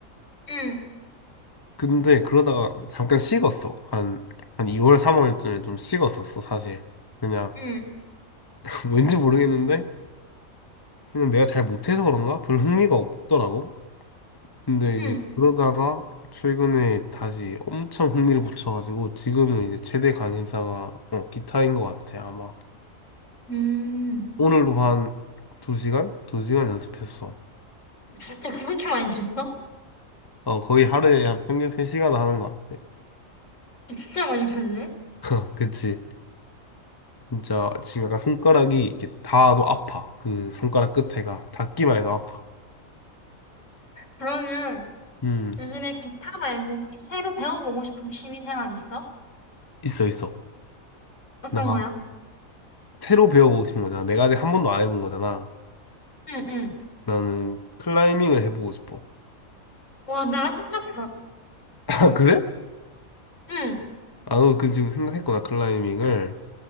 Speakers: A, on the left; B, on the left.
A: 응,
B: 근데 그러다가 잠깐 식었어. 한, 한 2월, 3월쯤에 좀 식었었어, 사실. 그냥,
A: 응,
B: <laughs> 왠지 모르겠는데, 그냥 내가 잘 못해서 그런가? 별 흥미가 없더라고. 근데 이제
A: 응.
B: 그러다가 최근에 다시 엄청 흥미를 붙여가지고, 지금은 이제 최대 관심사가, 어, 기타인 것 같아, 아마.
A: 음,
B: 오늘도 한 2시간? 2시간 연습했어.
A: 진짜 그렇게 많이 쳤어?
B: 어, 거의 하루에 한 평균 3시간 하는 것 같아.
A: 진짜 많이 쳤네?
B: <laughs> 그치? 진짜 지금 약간 손가락이 이렇게 닿아도 아파. 그 손가락 끝에가 닿기만 해도 아파.
A: 그러면
B: 음,
A: 요즘에 기타 말고 혹시 새로 배워보고 싶은 취미 생활 있어?
B: 있어, 있어.
A: 어떤
B: 나
A: 거야?
B: 새로 배워보고 싶은 거잖아. 내가 아직 한 번도 안 해본 거잖아.
A: 응, 응.
B: 나는 클라이밍을 해보고 싶어.
A: 와, 나랑 똑같다.
B: <laughs> 아, 그래?
A: 응.
B: 아, 그 지금 생각했구나, 클라이밍을.